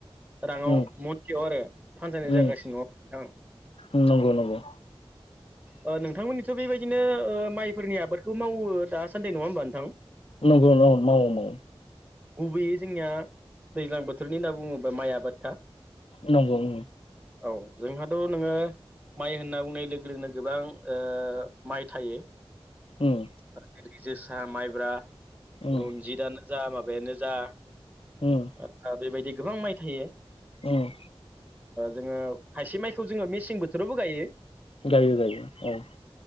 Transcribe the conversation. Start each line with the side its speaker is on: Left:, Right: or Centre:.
Right: राङाव
Left: उम
Right: मनसेयाव आरो फानजायनाय
Left: उम
Right: जागासिनो दङ नोंथां
Left: उम नंगौ नामा
Right: ओ नोंथांमोननिथ' बेबायदिनो माइफोरनि आबादखौ मावो दासान्दै नङा होमबा नोंथां
Left: नंगौ औ मावो मावो
Right: गुबैयै जोंनिया दैज्लां बोथोरनि होनना बुङोब्ला माइ आबादा
Left: नंगौ उम
Right: औ जोंहाथ' नोङो माइ होनना बुंनाय लोगो लोगोनो गोबां ओ माइ थायो।
Left: उम
Right: जेरै जोसा माइब्रा
Left: उम
Right: रनजितआनो जा माबायानो जा ओमफाय
Left: उम
Right: बेबायदि गोबां माइ थायो।
Left: उम
Right: जोङो हाइसे माइखौ जोङो मेसें बोथोरावबो गायो।
Left: गायो गायो औ